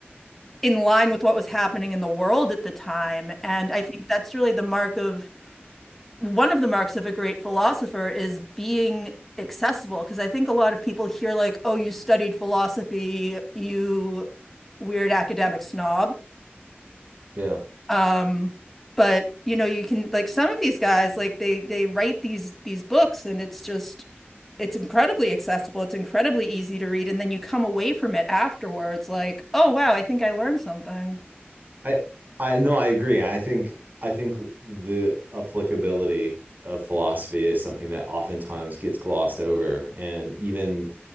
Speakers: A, in the centre; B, on the right (about 45°).
A: in line with what was happening in the world at the time. And I think that's really the mark of one of the marks of a great philosopher is being accessible because I think a lot of people hear like, oh, you studied philosophy, you weird academic snob.
B: Yeah.
A: Um, but you know, you can like some of these guys, like they they write these these books and it's just it's incredibly accessible, it's incredibly easy to read, and then you come away from it afterwards like, oh wow, I think I learned something.
B: I I no, I agree. I think I think the applicability of philosophy is something that oftentimes gets glossed over, and even